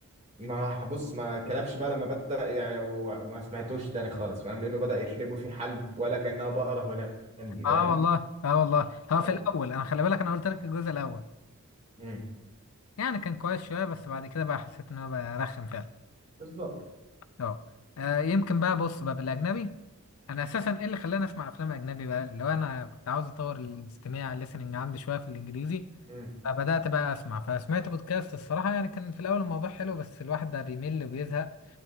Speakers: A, on the right; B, on the left.
A: ما بص ما كلبش بقى لما بدأ يعني وما سمعتوش تاني خالص فاهم لأنه بدأ يحلبوا فيه حلب ولا كأنها بقرة هولندي
B: اه
A: فاهم
B: والله اه والله هو
A: اه
B: في الاول انا خلي بالك انا قلت لك الجزء الاول
A: مم.
B: يعني كان كويس شويه بس بعد كده بقى حسيت ان هو بقى رخم فعلا
A: بالظبط
B: اه آه، يمكن بقى بص بقى بالاجنبي انا اساسا ايه اللي خلاني اسمع افلام اجنبي بقى اللي هو انا كنت عاوز اطور الاستماع الليسننج عندي شويه في الانجليزي
A: مم.
B: فبدأت بقى أسمع فسمعت بودكاست الصراحة يعني كان في الأول الموضوع حلو بس الواحد بقى بيمل وبيزهق